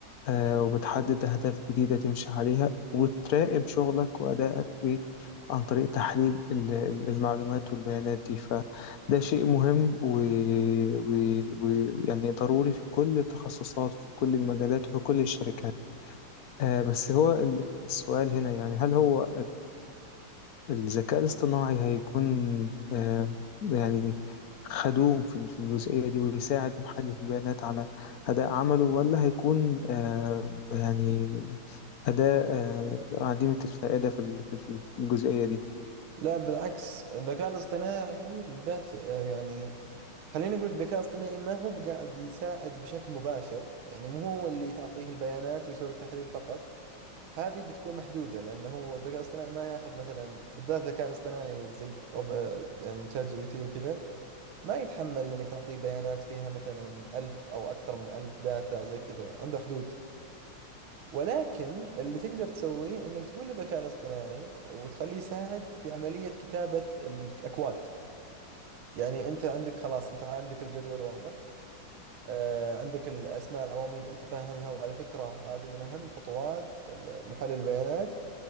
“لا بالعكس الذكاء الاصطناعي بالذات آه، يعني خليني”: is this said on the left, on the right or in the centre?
Right